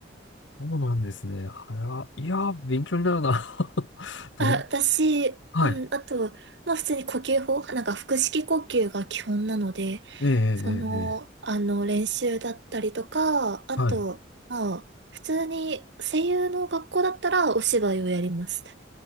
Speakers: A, on the left (about 75°); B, on the right (about 65°).
A: そうなんですね。はや、いやー、勉強になるな。<laughs> どん、
B: あ、私、
A: はい。
B: うん、あと、まあ普通に呼吸法、なんか腹式呼吸が基本なので、
A: ええ、ええ、ええ、
B: その、
A: え
B: あの、練習だったりとか、あと、
A: えはい。
B: まあ、普通に声優の学校だったらお芝居をやります。